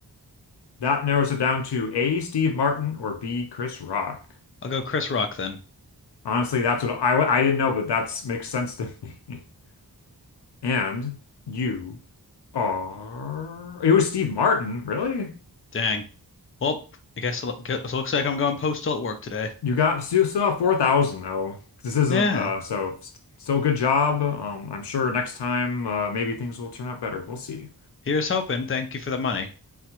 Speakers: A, on the left; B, on the left.
A: that narrows it down to A. Steve Martin or B. Chris Rock.
B: I'll go Chris Rock then.
A: Honestly, that's what I, I didn't know, but that makes sense to me. <laughs> And you are. It was Steve Martin, really?
B: Dang. Well, I guess it lo- it looks like I'm going postal at work today.
A: You got still still have 4,000 though. This isn't
B: Yeah.
A: uh so st- still good job. Um I'm sure next time uh maybe things will turn out better. We'll see.
B: Here's hoping. Thank you for the money.